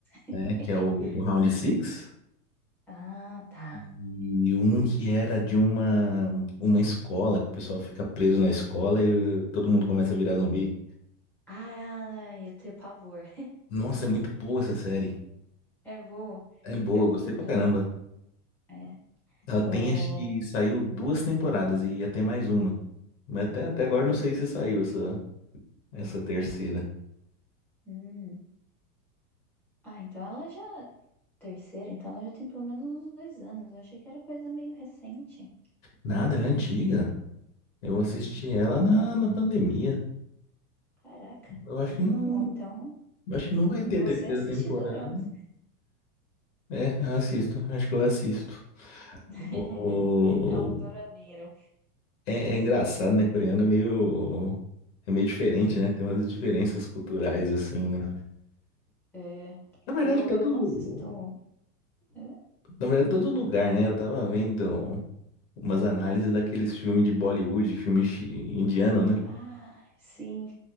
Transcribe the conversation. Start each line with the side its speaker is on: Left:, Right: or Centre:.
Centre: <laughs>
Left: é, que é o, o Round Six
Centre: Ah, tá.
Left: e um que era de uma, uma escola, que o pessoal fica preso na escola e todo mundo começa a virar zumbi.
Centre: Ah, eu tenho pavor.
Left: Nossa, é muito boa essa série.
Centre: É bom.
Left: É boa,
Centre: Eu vi
Left: gostei
Centre: o trailer.
Left: pra caramba.
Centre: É.
Left: Ela tem,
Centre: O
Left: acho que saiu duas temporadas e ia ter mais uma. Mas até, até agora eu não sei se saiu essa. essa terceira.
Centre: Hum. Ah, então ela já. Terceira, então ela já tem pelo menos uns dois anos. Eu achei que era coisa meio recente.
Left: Nada, ela é antiga. Eu
Centre: Ah,
Left: assisti ela na, na pandemia.
Centre: caraca.
Left: Eu acho que não,
Centre: Bom, então
Left: acho que não vai
Centre: você
Left: ter terceira
Centre: assiste
Left: temporada.
Centre: doramas.
Left: É, eu assisto, acho que eu assisto.
Centre: <laughs>
Left: O-
Centre: É um dorameiro.
Left: É, é engraçado, né? Coreano é meio, é meio diferente, né? Tem umas diferenças culturais assim, né?
Centre: É.
Left: Na verdade,
Centre: Eu,
Left: todo,
Centre: eu não assisto. Hã?
Left: na verdade, todo lugar, né? Eu tava vendo umas análises daqueles filmes de Bollywood, filme chi- indiano, né?
Centre: Ah, sim,